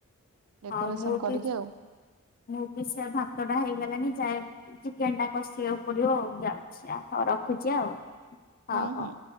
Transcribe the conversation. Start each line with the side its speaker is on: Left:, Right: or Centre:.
Right: ଡେକୋରେସନ
Left: ହଁ ମୁଁ ବି
Right: କରିକି ଆଉ।
Left: ମୁଁ ବି ସେୟା ଭାତଟା ହେଇଗଲାଣି ଯାଏ ଚିକେନ ଟା କଷିବା କୁ ପଡିବ ଆଉ ଯାଅ ଆଛା ହଉ ରଖୁଚି ଆଉ ହଉ
Right: ହୁଁ
Left: ହଉ।
Right: ହୁଁ।